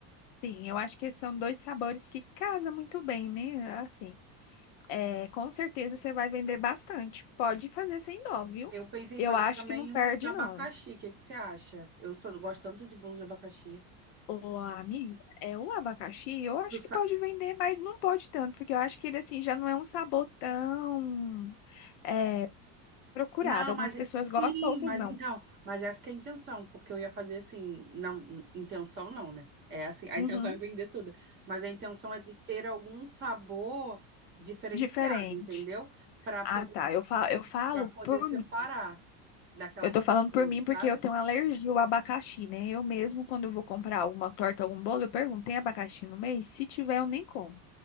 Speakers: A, on the left (about 50°); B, on the right (about 25°).
A: Sim, eu acho que são dois sabores que casam muito bem, né? Assim. É, com certeza você vai vender bastante. Pode fazer sem dó, viu?
B: Eu pensei
A: Eu
B: em fazer
A: acho
B: também
A: que não perde,
B: um de abacaxi.
A: não.
B: O que que você acha? Eu sou, gosto tanto de bolo de abacaxi.
A: Ô, amiga, é o abacaxi, eu acho
B: Tu sa-
A: que pode vender, mas não pode tanto, porque eu acho que ele assim já não é um sabor tão é, procurado.
B: Não,
A: Algumas
B: mas
A: pessoas
B: sim,
A: gostam, outras
B: mas
A: não.
B: então, mas essa que é a intenção, porque eu ia fazer assim, não, in- intenção não, né? É assim, a
A: Uhum,
B: intenção é vender tudo, mas a intenção é de ter algum sabor diferenciado,
A: diferente.
B: entendeu? Para
A: Ah,
B: poder,
A: tá. Eu falo, eu falo
B: para poder
A: por
B: separar
A: mim.
B: daquelas
A: Eu tô
B: pessoas,
A: falando por mim porque
B: sabe?
A: eu tenho alergia ao abacaxi, né? Eu mesmo, quando eu vou comprar alguma torta, algum bolo, eu pergunto, tem abacaxi no meio. Se tiver, eu nem como.